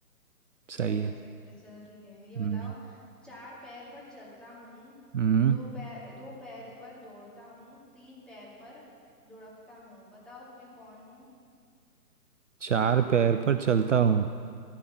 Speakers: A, on the right; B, in the centre.
A: सही
B: क्या ही कर
A: है
B: सकते हैं चलो ठीक है ये बताओ
A: हम्म
B: चार पैर पर चलता हूँ
A: हम्म
B: दो पैर दो पैर पर दौड़ता हूँ तीन पैर पर लुढ़कता हूँ बताओ मैं कौन हूँ
A: चार पैर पर चलता हूँ